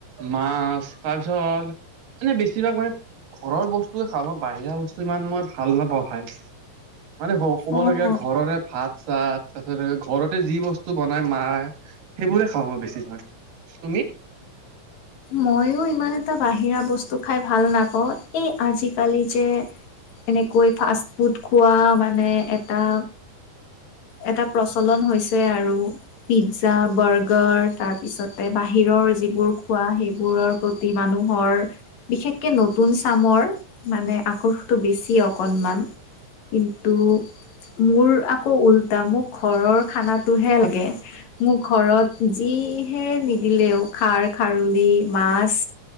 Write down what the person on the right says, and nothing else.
মাছ তাৰপিছত মানে বেছিভাগ মানে ঘৰৰ বস্তুৱে খাওঁ মই বাহিৰা বস্তু ইমান মই ভাল নাপাওঁ খাই মানে হ ক'বলগীয়া
ঘৰৰে ভাত চাত তাৰপিছতে ঘৰতে যি বস্তু বনাই মায় সেইবোৰে খাওঁ মই বেছিভাগ তুমি